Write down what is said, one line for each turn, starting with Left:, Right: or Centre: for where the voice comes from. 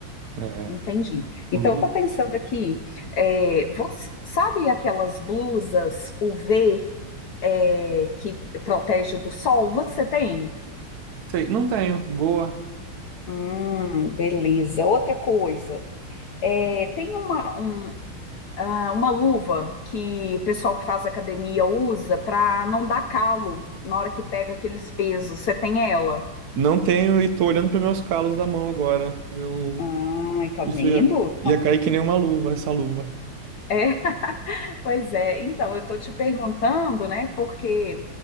Right: é,
Left: Entendi. Então,
Right: luta.
Left: estou pensando aqui, é, você, sabe aquelas blusas UV, é, que protege do sol? Você tem?
Right: Sei, não tenho. Boa.
Left: Hum, beleza. Outra coisa, é, tem uma, um, ah, uma luva que o pessoal que faz academia usa para não dar calo na hora que pega aqueles pesos. Você tem ela?
Right: Não tenho e tô olhando para meus calos da mão agora. Eu
Left: Ai, tá
Right: isso
Left: vendo?
Right: ia, ia cair que nem uma luva, essa luva.
Left: É, <laughs> pois é. Então, eu tô te perguntando, né? Porque